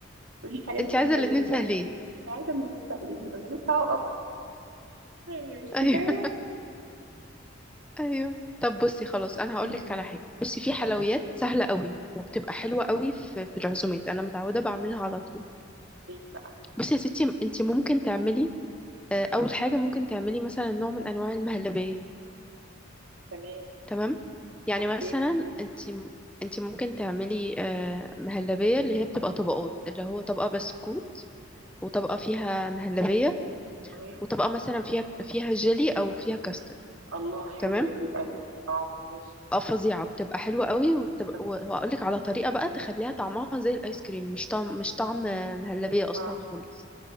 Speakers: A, on the right; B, in the centre.
A: قولي حاجات
B: انتي
A: كده
B: عايزه
A: لذيذة
B: الاتنين سهلين
A: أنا عايزة مكرونة سهلين ده أنا لسه هقف يعني مش
B: ايوه
A: كفاية
B: <laughs> ايوه طب بصي خلاص انا هقول
A: قولي
B: لك على حاجه بصي في حلويات
A: آه.
B: سهله قوي وبتبقى حلوه قوي في في العزومات انا متعوده بعملها على طول
A: إيه بقى
B: بصي يا ستي انت ممكن تعملي آه، اول حاجه ممكن تعملي مثلا نوع من انواع المهلبيه
A: تمام
B: تمام يعني
A: أوكي
B: مثلا انت انت ممكن تعملي آه، مهلبيه اللي هي بتبقى طبقات اللي هو طبقه بسكوت وطبقه فيها مهلبيه
A: مم.
B: وطبقه مثلا فيها فيها جيلي او فيها كاستر
A: الله حلوة
B: تمام
A: دي قوي أه ماشي
B: اه فظيعه بتبقى حلوه قوي وبتبقى
A: طب
B: وهقول لك على طريقه بقى تخليها طعمها زي الايس كريم مش طعم مش طعم آه، مهلبيه اصلا
A: أه
B: خالص